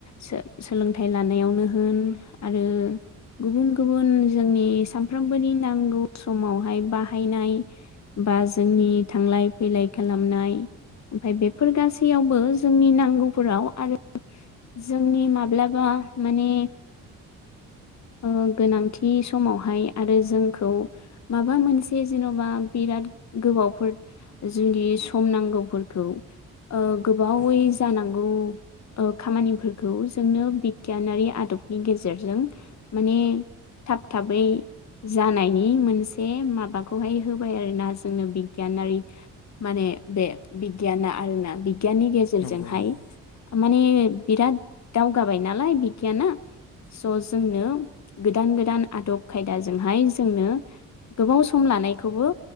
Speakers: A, on the left (about 45°); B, on the left (about 75°).
A: सो-सोलोंथाइ लानायावनो होन आरो गुबुन गुबुन जोंनि सानफ्रोमबोनि नांगौ समावहाय बाहायनाय बा जोंनि थांलाय फैलाय खालामनाय ओमफ्राय बेफोर गासै सैयावबो जोंनि नांगौफोराव आरो जोंनि माब्लाबा माने ओ गोनांथि समावहाय आरो जोंखौ माबा मोनसे जेन'बा बिराद गोबावफोर जुदि सम नांगौफोरखौ ओ गोबावै
B: औ औ
A: जानांगौ ओ खामानिफोरखौ जोंनो बिगियानारि आदबनि गेजेरजों माने थाब थाबै जानायनि मोनसे माबाखौहाय होबाय आरोना जोंनो बिगियानारि माने बे बिगियाना आरोना बिगियाननि गेजेरजोंहाय
B: नंगौ नंगौ
A: माने बिराद दावगाबाय नालाय बिगियाना स' जोंनो गोदान गोदान आदब खायदाजोंहाय जोंनो गोबाव सम लानायखौबो